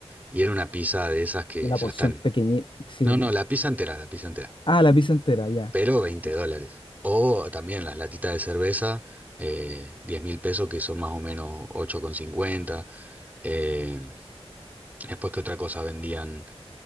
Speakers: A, on the right; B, on the left.
A: Y era una pizza de esas que
B: una
A: ya
B: porción
A: están.
B: pequeña, sí.
A: No, no, la pizza entera, la pizza entera.
B: Ah, la pizza entera, ya.
A: Pero veinte
B: ¿no?
A: dólares. O también las latitas de cerveza, eh, 10 mil pesos, que son más o menos 8,50. Eh, después, ¿qué otra cosa vendían?